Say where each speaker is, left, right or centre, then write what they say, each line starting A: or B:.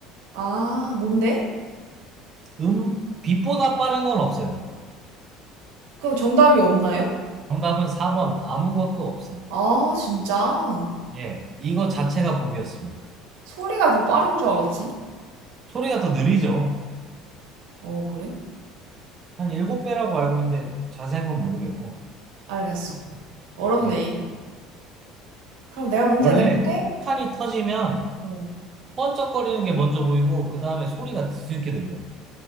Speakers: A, on the right; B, on the right.
A: 아, 뭔데?
B: 음, 빛보다 빠른 건 없어요.
A: 그럼 정답이 없나요?
B: 정답은 4번, 아무것도 없음.
A: 아, 진짜.
B: 예. 이거 자체가 복이었습니다.
A: 소리가 더 빠른 줄 알았지?
B: 소리가 더 느리죠?
A: 어, 그래?
B: 한 일곱 배라고 알고 있는데 자세한 건 모르겠고.
A: 알겠어. 어렵네.
B: 예.
A: 그럼 내가 문제
B: 원래
A: 내볼게.
B: 폭탄이 터지면
A: 어.
B: 번쩍거리는 게 먼저 보이고, 그 다음에 소리가 뒤늦게 들려.